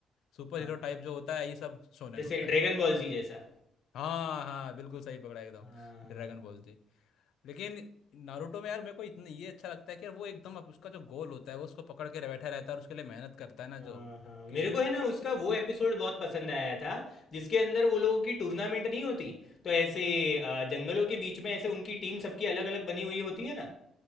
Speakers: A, on the left (about 75°); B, on the left (about 40°).
A: super
B: हाँ
A: hero type जो होता है ये सब शोनेन
B: जैसे
A: होता
B: ड्रैगन
A: है
B: बॉल जी जैसा
A: हाँ हाँ बिल्कुल सही पकड़ा एकदम
B: हाँ हाँ,
A: Dragon
B: हाँ।
A: Ball Z लेकिन नारुतो में यार मेरे को इतना ये अच्छा लगता है कि यार वो एकदम अप- उसका जो गोल होता है वो उसको पकड़ के रह- बैठा रहता है और उसके लिए मेहनत करता है ना जो
B: हाँ हाँ मेरे
A: कि
B: को है ना उसका वो एपिसोड बहुत पसंद आया था जिसके अंदर वो लोगों की टूर्नामेंट नहीं होती तो ऐसे अ, जंगलों के बीच में ऐसे उनकी टीम सबकी अलग अलग बनी हुई होती है ना